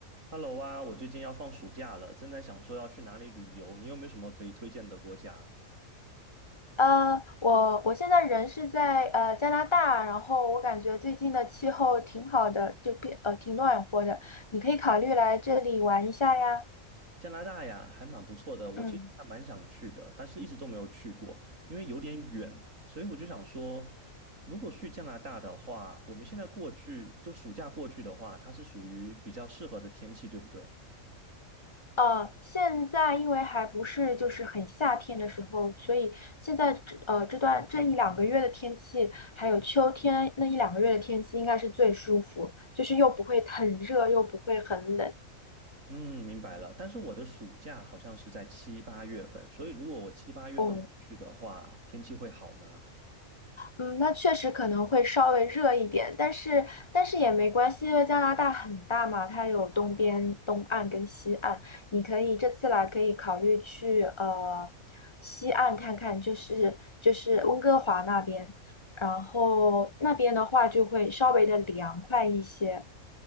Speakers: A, on the right (about 70°); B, on the left (about 20°).
A: Hello 啊，我最近要放暑假了，正在想说要去哪里旅游，你有没有什么可以推荐的国家？
B: 呃，我我现在人是在呃加拿大，然后我感觉最近的气候挺好的，就变呃挺暖和的，你可以考虑来这里玩一下呀。
A: 加拿大呀，还蛮不错的，我其实还蛮想去的，
B: 嗯，
A: 但是一直都没有去过，因为有点远，所以我就想说，如果去加拿大的话，我们现在过去，就暑假过去的话，它是属于比较适合的天气，对不对？
B: 呃，现在因为还不是就是很夏天的时候，所以现在这呃这段这一两个月的天气，还有秋天那一两个月的天气应该是最舒服，就是又不会很热，又不会很冷。
A: 嗯，明白了。但是我的暑假好像是在七八月份，所以如果我七八月份过去的话，
B: 哦。
A: 天气会好吗？
B: 嗯，那确实可能会稍微热一点，但是但是也没关系，因为加拿大很大嘛，它有东边、东岸跟西岸，你可以这次来可以考虑去呃西岸看看，就是就是温哥华那边，然后那边的话就会稍微的凉快一些，